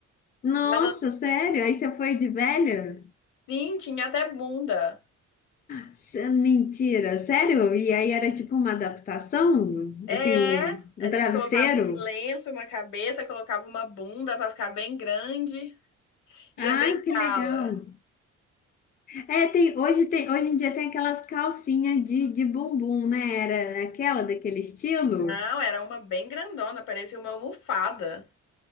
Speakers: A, on the left (about 30°); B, on the left (about 80°).
A: Nossa,
B: Já dancei,
A: sério? Aí você foi de velha?
B: Sim, tinha até bunda.
A: S- Mentira, sério? E aí era tipo uma adaptação?
B: É,
A: Assim, um, um
B: a
A: travesseiro?
B: gente colocava uns lenços na cabeça, colocava uma bunda pra ficar bem grande, ia
A: Ah,
B: bem
A: que
B: cala.
A: legal. É, tem, hoje, tem, hoje em dia tem aquelas calcinhas de, de bumbum, né? Era aquela daquele estilo?
B: Não, era uma bem grandona, parecia uma almofada.